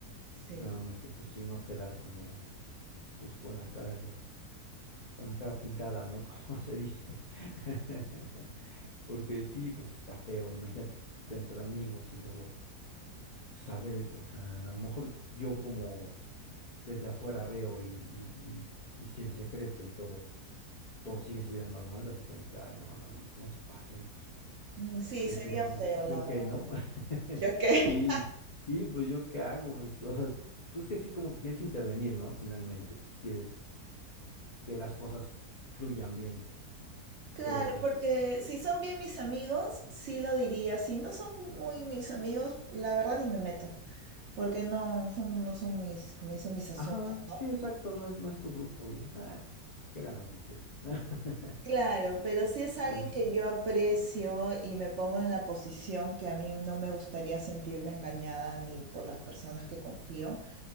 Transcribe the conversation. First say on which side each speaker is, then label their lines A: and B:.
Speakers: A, on the right; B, on the left.
A: Sí,
B: Nada más que pues sí no quedar como, pues con la cara de, con la cara pintada, ¿no? <laughs> Como se dice. <laughs> Porque sí, pues está feo, imagínate entre amigos y luego saber, o sea, a lo mejor yo como desde afuera veo y, y, y, y sé el secreto y todos, todos siguen su vida normal, así como que, ay, no, no, no se pasen, pues,
A: Mm, sí,
B: pues
A: sería
B: yo no,
A: feo,
B: yo
A: la verdad.
B: qué, ¿no? <laughs>
A: ¿Yo qué?
B: Sí, sí, pues yo qué hago, pues, o sea, pues que sí, como que quieres intervenir, ¿no? Finalmente, pues quieres que las cosas fluyan bien,
A: Claro,
B: pero pues,
A: porque si son bien mis amigos, sí lo diría. Si no son muy mis amigos, la verdad ni me meto, porque no son, no son mis, como dicen, mis asuntos,
B: ajá,
A: ¿no?
B: sí, exacto, no es, no es tu grupo, dices, ah, pues que hagan lo que quieran. <laughs>
A: Claro, pero si es alguien
B: Pues
A: que
B: sí,
A: yo aprecio y me pongo en la posición que a mí no me gustaría sentirme engañada ni por las personas que confío,